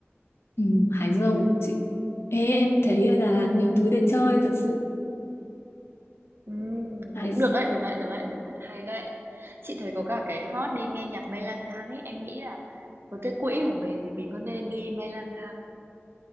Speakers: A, on the left (about 65°); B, on the right (about 55°).
A: ừ, Hải Dương chị Ê, em thấy ở Đà Lạt nhiều thứ để chơi thật sự
B: Ừm,
A: Hải
B: cũng được đấy được đấy được đấy được đấy hay đấy chị thấy có cả cái hot đi nghe nhạc mây lang thang ấy em nghĩ là với cái quỹ của mình thì mình có nên đi mây lang thang